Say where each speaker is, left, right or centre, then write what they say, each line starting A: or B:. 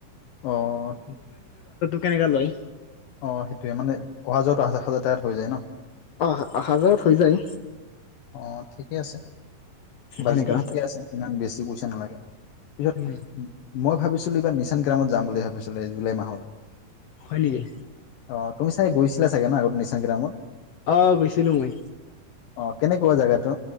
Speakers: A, on the left; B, on the left.
A: অ',
B: কেনেকা লয়
A: -অ সেইটোয়ে মানে অহা যোৱাটোহ হাজাৰ <inaudible>
B: অ হাজাৰত হৈ যায়
A: অ' ঠিকে আছে, বাজেটটো
B: এনেকা
A: ঠিকে আছে, ইমান বেছি পইচা নালাগে, পিছত
B: হয়
A: মই ভাবিছিলো, এইবাৰ নিচ সেনগ্ৰামত যাম বুলি ভাবিছিলো এই জুলাই মাহত।
B: হয় নেকি?
A: অ' তুমি চাগ গৈছিলা চগে ন' আগতে নিচাং গ্ৰামত?
B: অ' গৈছিলো মই
A: অ' কেনেকুৱা জেগাটো